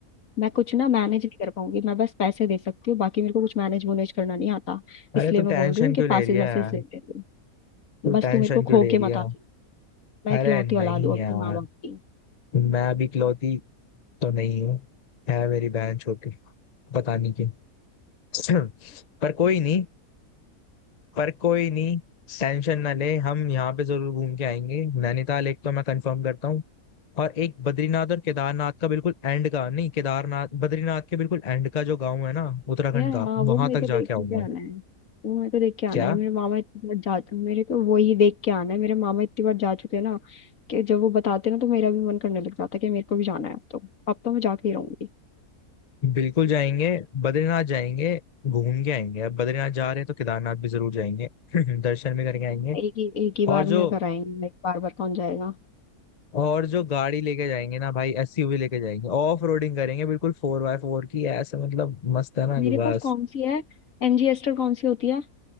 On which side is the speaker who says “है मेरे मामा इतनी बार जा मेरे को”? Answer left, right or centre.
Left